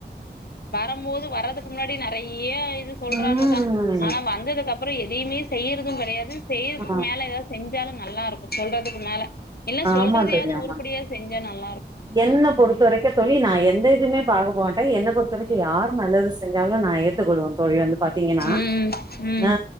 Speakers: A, on the left (about 60°); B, on the right (about 20°).
A: வரம்போது வர்றதுக்கு முன்னாடி நெறை ய இது சொல்றாங்க
B: ம்
A: தா ஆனா வந்தது அப் அப்றோ எதையுமே செய்யுறதும் கிடையாது செய்யறதுக்கு
B: ஆ
A: மேல‌ எதா செஞ்சாலும் நல்லா இருக்கு சொல்றதுக்கு மேல இல்ல சொல்றதையாவது
B: ஆமா தோழி ஆமா
A: உருப்படியா செஞ்சா நல்லா இருக்கும்
B: என்ன பொறுத்த வரைக்கும் தோழி நா எந்த இதுவுமே பா போட்டா என்ன பொறுத்த வரைக்கு யார் நல்லது செஞ்சாலும் நா ஏத்துக்கொள்ளுவேன் தோழி வந்து பாத்தீங்கன்னா
A: ம் ம்
B: நா